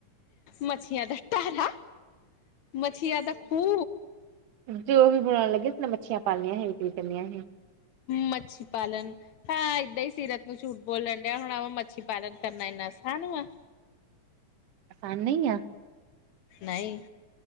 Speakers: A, on the left (about 70°); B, on the right (about 75°).
A: ਮਛੀਆਂ ਦਾ ਟਾਰਾ, ਮਛੀਆਂ ਦਾ ਖੂ
B: ਜੋ ਵੀ ਬਣਾਉਣ ਲੱਗੇ ਮੱਛੀਆਂ ਪਾਲੀਆਂ ਹੀ ਵਿਕਰੀ ਕਰਨੀਆਂ ਹੀ
A: ਮੱਛੀ ਪਾਲਨ ਹਾਂ ਏਦਾਂ ਹੀ ਸੀਰਤ ਨੂੰ ਝੂਠ ਬੋਲ ਲੈਣ ਡਿਆ, ਹੁਣ ਮੱਛੀ ਪਾਲਣ ਕਰਨਾ ਇੰਨਾ ਅਸਾਨ ਹੂਆ
B: ਖਾਨੇ ਈ ਆਂ
A: ਨਹੀਂ